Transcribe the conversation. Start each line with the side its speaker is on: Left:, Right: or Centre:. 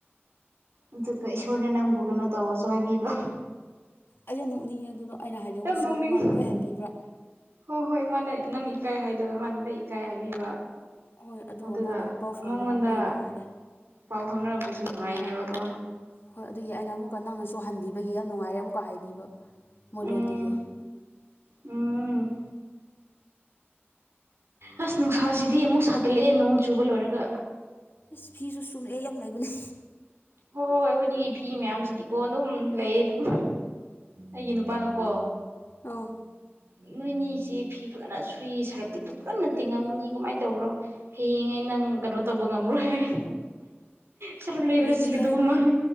Right: ꯑꯗꯨꯒ ꯏꯁꯣꯔꯅ ꯅꯪꯕꯨ ꯀꯩꯅꯣ ꯇꯧꯔꯁꯨ ꯍꯥꯏꯕꯤꯕ
Left: ꯑꯩ ꯅꯛꯅꯤꯡ ꯑꯗꯨꯗꯣ ꯑꯩꯅ ꯍꯥꯏꯗꯧꯕ
Right: ꯌꯥꯝ
Left: ꯁꯨꯔꯨꯠ
Right: ꯅꯣꯛꯅꯤꯡꯉꯤ
Left: ꯃꯥꯅ ꯂꯣꯏ ꯍꯥꯏꯕꯤꯕ꯭ꯔꯥ
Right: ꯍꯣꯏ ꯍꯣꯏ ꯃꯥꯅ ꯅꯪ ꯏꯀꯥꯏ ꯍꯥꯏꯗꯕ ꯃꯥꯅ ꯅꯪ ꯏꯀꯥꯏ ꯍꯥꯏꯕꯤꯕ
Left: ꯍꯣꯏ
Right: ꯑꯗꯨꯒ
Left: ꯃꯥꯅ ꯄꯥꯎ ꯐꯥꯎꯅꯔꯛꯄꯒꯤ
Right: ꯃꯉꯉꯣꯟꯗ
Left: ꯅꯨꯡꯉꯥꯏꯔꯦ
Right: ꯄꯥꯎ ꯐꯪꯅꯔ ꯀꯣꯏꯁꯨ ꯅꯨꯡꯉꯥꯏ ꯍꯥꯏꯕꯀꯣ
Left: ꯍꯣꯏ ꯑꯗꯨꯒꯤ ꯑꯩꯅ ꯑꯃꯨꯛꯀ ꯅꯪꯅꯁꯨ ꯍꯟꯕꯤꯕꯒꯤ ꯌꯥꯝ ꯅꯨꯡꯉꯥꯏꯔꯦ ꯑꯃꯨꯛꯀ ꯍꯥꯏꯕꯤꯕ ꯃꯣꯏ
Right: ꯎꯝ
Left: ꯂꯣꯟꯗꯒꯤ
Right: ꯎꯝ ꯑꯁ ꯅꯨꯡꯁꯥꯁꯤꯗꯤ ꯑꯃꯨꯛ ꯁꯥꯒꯠꯂꯛꯑꯦ ꯅꯣꯡ ꯆꯨꯕ ꯂꯣꯏꯔꯒ
Left: ꯑꯁ ꯐꯤꯁꯨ ꯁꯨꯅꯤꯡꯉꯥꯢ ꯌꯥꯝ ꯂꯩꯕꯅꯦ
Right: ꯍꯣꯏ ꯍꯣꯏ ꯑꯩꯈꯣꯏꯅꯤꯒꯤ ꯐꯤ ꯃꯌꯥꯝꯁꯤꯗꯤꯀꯣ ꯑꯗꯨꯝ ꯂꯩꯌꯦ ꯑꯗꯨꯝ ꯑꯩꯒꯤ ꯅꯨꯄꯥꯅꯀꯣ
Left: ꯑꯧ
Right: ꯅꯣꯏꯅꯤꯁꯦ ꯐꯤ ꯐꯖꯅ ꯁꯨꯏ ꯁꯔꯞꯇꯤ ꯐꯖꯅ ꯇꯤꯡꯉꯝꯒꯅꯤ ꯀꯃꯥꯏꯅ ꯇꯧꯕ꯭ꯔꯣ ꯍꯌꯦꯡ ꯑꯩ ꯅꯪ ꯀꯩꯅꯣ ꯇꯧꯕ ꯉꯝꯔꯣꯏ ꯍꯥꯏ ꯁꯔꯥꯞ ꯂꯩꯕꯗ ꯁꯤꯒꯗꯧꯕ
Left: ꯒꯤ ꯂꯩ
Right: ꯃꯥꯜꯂꯦ